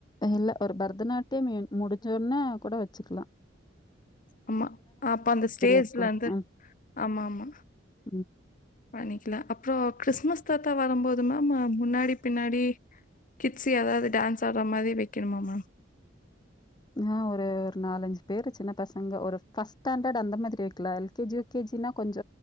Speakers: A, on the left; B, on the left.
A: இல்ல ஒரு பரதநாட்டியம் ன் முடிஞ்சோனே கூட வெச்சுக்கலா
B: அம்மா அப்பந்த ஸ்டேஜ்ல
A: இருக்கலாம்.
B: வந்து
A: ம்.
B: ஆமா ஆமா
A: ம்.
B: பண்ணிக்கல அப்றொ கிறிஸ்மஸ் தாத்தா வரும்போது மேம் ம முன்னாடி பின்னாடி கிட்ஸி எதாது டான்ஸ் ஆட்ற மாரி வெக்கணுமா மேம்
A: ஆஹ் ஒரு ஒரு நாலஞ்சு பேரு சின்ன பசங்க ஒரு பஸ்ட் ஸ்டாண்டர்ட் அந்த மாதிரி வெக்கலா L K G U K G னா கொஞ்ச